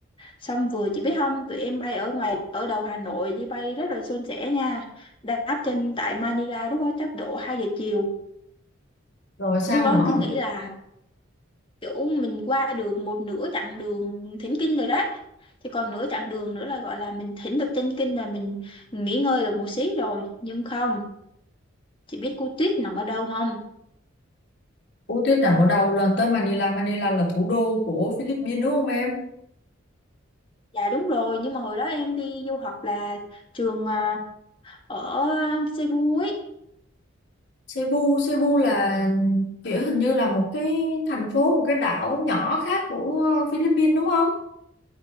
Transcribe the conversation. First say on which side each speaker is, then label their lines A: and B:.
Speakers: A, on the left; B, on the left.
A: Xong vừa chị biết không, tụi em bay ở ngoài ở đầu Hà Nội đi bay rất là suôn sẻ nha. Đáp trên tại Manila lúc đó chắc độ 2 giờ chiều.
B: rồi sao
A: Lúc
B: nữa
A: đó cứ nghĩ là kiểu mình qua được một nửa chặng đường thỉnh kinh rồi đấy. Thì còn nửa chặng đường nữa là gọi là mình thỉnh được chân kinh là mình nghỉ ngơi được một xí rồi. Nhưng không, chị biết cô Tuyết nằm ở đâu không?
B: Ú tuyết nằm ở đâu lên tới Manila Manila là thủ đô của Philippines đúng không em
A: Dạ đúng rồi, nhưng mà hồi đó em đi du học là trường à, ở Cebu ấy.
B: Cebu, Cebu là kiểu hình như là một cái thành phố, một cái đảo nhỏ khác của Philippines đúng không?